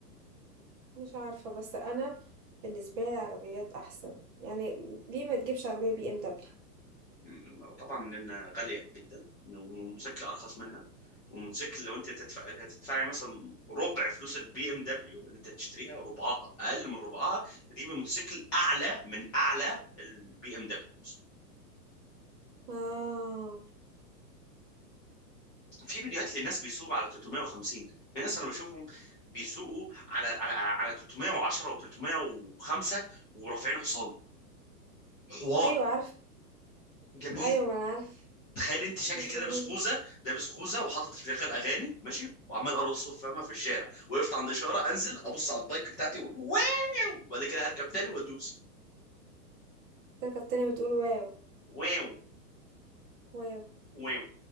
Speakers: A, on the right (about 30°); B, on the left (about 20°).
A: مش عارفة بس أنا بالنسبة لي العربيات أحسن يعني ليه ما تجيبش عربية بي إم دبليو
B: م- طبعا لأنها غالية جدا والموتوسيكل أرخص منها والموتوسيكل لو أنت تدفع هتدفعي مثلا ربع فلوس البي ام دبليو اللي أنت تشتريها ربعها أقل من ربعها دي بموتوسيكل أعلى من أعلى البي ام دبليو
A: آه
B: في فيديوهات لناس بيسوقوا على 350 في ناس أنا بشوفهم بيسوقوا على على على 310 و305 ورافعين حصان حوار
A: أيوة عارفة
B: جميل
A: أيوة ما أنا عارفة
B: تخيل انت شكل
A: مش
B: كده
A: جميل
B: لابس خوذه لابس خوذه وحاطط شغال اغاني ماشي وعمال ارقص فاهمه في الشارع وقفت عند اشاره انزل ابص على البايك بتاعتي واقول واو وبعد كده اركب تاني وادوس
A: تركب تاني بتقول واو
B: واو
A: واو
B: واو